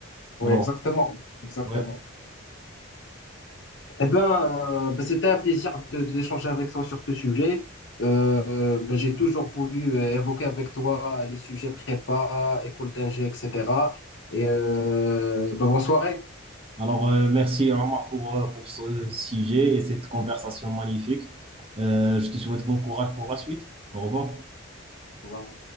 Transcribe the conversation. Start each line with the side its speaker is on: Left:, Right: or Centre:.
Right: Alors,
Left: ouais, exactement. Exactement.
Right: ouais.
Left: Eh ben, euh, ben, c'était un plaisir de- d'échanger avec toi sur ce sujet. Euh, ben, j'ai toujours voulu euh, évoquer avec toi les sujets prépa, école d'ingé, etc. Et euh, ben, bonne soirée.
Right: Alors, euh, merci Omar pour, euh, pour ce sujet et cette conversation magnifique. Euh, je te souhaite bon courage pour la suite. Au revoir.
Left: Au revoir.